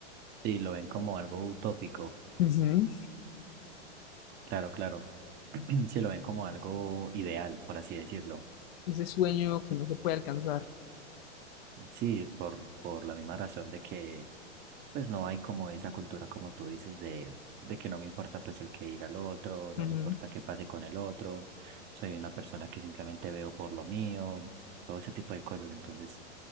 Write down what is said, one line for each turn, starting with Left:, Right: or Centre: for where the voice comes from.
Right: sí, lo ven como algo utópico,
Left: Ujú.
Right: claro, claro, <clears throat> sí, lo ven como algo ideal, por así decirlo,
Left: Ese sueño que no se puede alcanzar.
Right: sí, por, por la misma razón de que Pues no hay como esa cultura, como tú dices, de, de que no me importa pues el que diga el otro, no
Left: Ujú,
Right: me importa qué pase con el otro, soy una persona que simplemente veo por lo mío, todo ese tipo de cosas. Entonces,